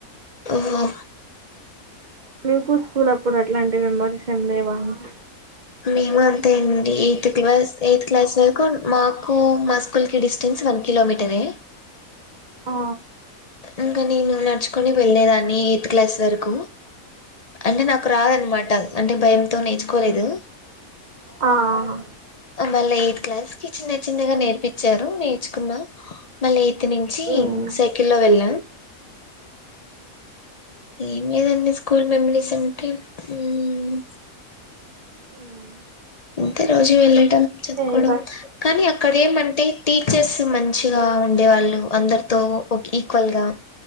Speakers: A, on the left; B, on the right.
A: ఓహో.
B: మీకు స్కూలప్పుడు అట్లాంటి మెమోరీస్ ఏం లేవా అండి.
A: మేము అంతేండి ఎయ్త్ క్లాస్ ఎయ్త్ క్లాస్ వర్కూ ఉ మాకూ మస్ కూల్కి డిస్టెన్స్ వన్ కిలోమీటరె.
B: ఆ.
A: ఇంక నేన్ నడ్చుకొని వెళ్ళేదాన్నీ ఎయ్త్ క్లాస్ వర్కూ. అంటె నాక్ రాదన్మాట అంటె భయంతో నేర్చుకోలేదు.
B: ఆ ఔను.
A: అ మళ్ళా ఎయ్త్ క్లాస్కి చిన్న చిన్నగా నేర్పిచ్చారు నేర్చుకున్నా మళ్ళీ ఎయ్ త్ నించీ
B: ఉమ్
A: సైకిల్ల్లో వెళ్ళా. ఏం లేదండి స్కూల్ మెమ్రీసంటే ఊమ్.
B: ఊమ్.
A: ఇంతె రోజు వెళ్ళడం చద్కోడం
B: ఇంకా
A: కానీ అక్కడేమంటె టీచెస్ తొ మంచిగా ఉండేవాళ్ళు అందర్తో ఒకీక్వల్ గా